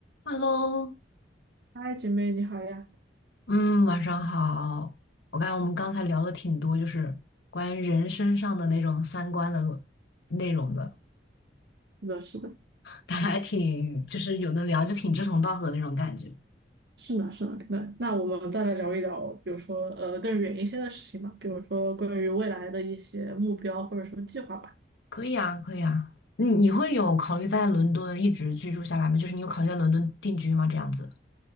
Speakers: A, on the left; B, on the right.
A: Hello，
B: 嗨，姐妹你好呀！
A: 嗯，晚上好。我看我们刚才聊了挺多，就是关于人身上的那种三观的内容的，
B: 是的，是的，
A: 大家还挺就是有的聊，就挺志同道合的那种感觉。
B: 是呢，是呢。那那我们再来聊一聊，比如说呃更远一些的事情吧，比如说关于未来的一些目标或者说计划吧。
A: 可以啊，可以啊。你你会有考虑在伦敦一直居住下来吗？就是你有考虑在伦敦定居吗？这样子。